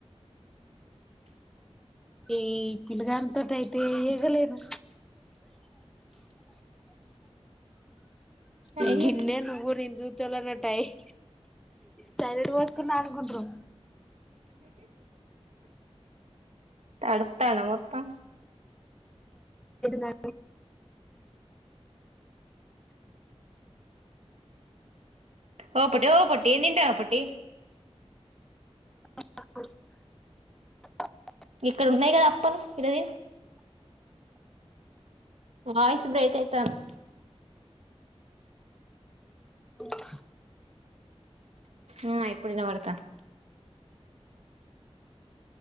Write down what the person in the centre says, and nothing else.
ఈ పిల్లగానితోటి అయితే ఏగలేను
గిన్నె నువ్వు నేను చుతేలా టైమ్ సైరెడ్ పోసుకున్న అనుకుంటరు
నా
అ
ఉ <inaudible>